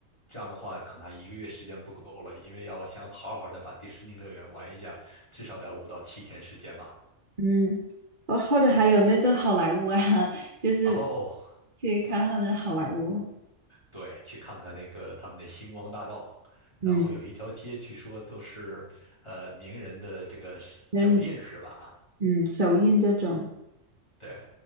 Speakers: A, on the left (about 25°); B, on the right (about 40°).
A: 这样的话，可能一个月时间不够了，因为要想好好的把迪士尼乐园玩一下，至少得五到七天时间吧。
B: 嗯，哦，或者还有那个好莱坞啊，<laughs> 就是
A: 哦，
B: 去看那个好莱坞，
A: 对，去看看那个他们的星光大道，然后有一条街，
B: 嗯，
A: 据说都是呃名人的这个是脚印是吧？
B: 嗯，嗯，首映这种，
A: 对，